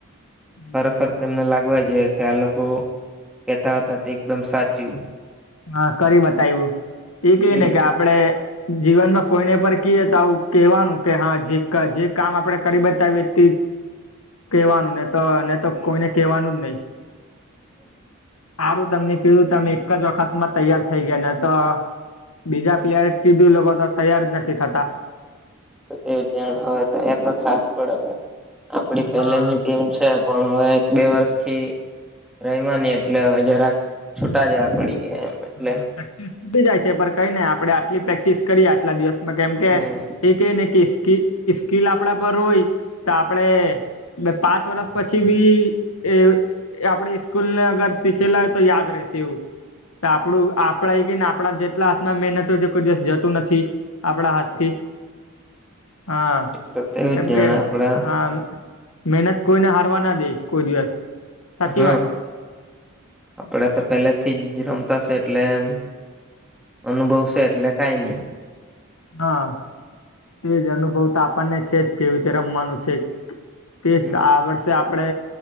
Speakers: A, on the left (about 80°); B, in the centre.
A: હમ
B: ખરેખર. તેમને લાગવા જોઈએ કે આ લોકો કેતા હતા તે એકદમ સાચું.
A: હા કરી બતાવ્યું એ કે
B: હમ
A: ને કે આપડે જીવન માં કોઈને પર કહીએ તો આવ કેવાનું કે હા જે જે કામ આપડે કરી બતાવીએ તે કહેવાનું ને તો ને તો કોઈને કવાનું જ નહી સારું તમને કીધું તમને એક જ વખ ખત માં તૈયાર થઈ ગયા ને તો બીજા પ્લેયર કીધું લોકો તો તૈયાર જ નથી થતા.
B: તે જણ હવે તો ત્યાં તો સાથ પડે તે. આપણી પહેલેની
A: હા
B: ટીમ છે પણ હવે એક બે વર્ષથી રમ્યા નહી એટલે જરાક છૂટા જયા પડી ગયા એમ. એટલે
A: હા પેક્ટિસ તૂટી જાય છે પણ કઈ નઈ આપણે આટલી પ્રેક્ટિસ કરીએ આટલા દિવસમાં કેમ કે
B: હમ
A: <unintelligible> કિસ કી ઈ સ્કિલ આપણા પર હોય તો આપણે <unintelligible> પાંચ વરસ પછી ભી <unintelligible> એ આપણી સ્કૂલને અગર શીખેલા હોય તો યાદ રેશ એવું તો આપણું આપણા ઈ કેને આપણાન જેટલા હાથના મેનતો જોકો <unintelligible> દિવસ જતું નથી આપણા હાથથી આ
B: તો તેવું
A: કેમ
B: જ જાણે
A: કે
B: આપડા
A: હા મેનત કોઈને હારવા ના દેય કોઈ દિવસ સાચી
B: હ
A: વાત ને
B: આપણા તો પેલેથી જ રમતાસ એટલેમ અનુભવશે એટલે કાંઈ ની
A: હા તેજ અનુભવ તો આપણને છે જ કેવી રમવાનું છે. ટેસ્ટ
B: હમ
A: આ વર્ષે આપડે